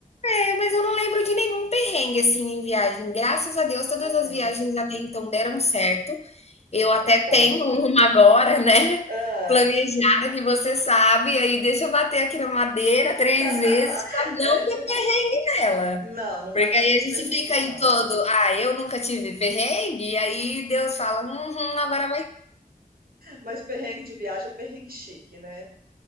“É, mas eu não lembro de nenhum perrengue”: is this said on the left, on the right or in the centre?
Left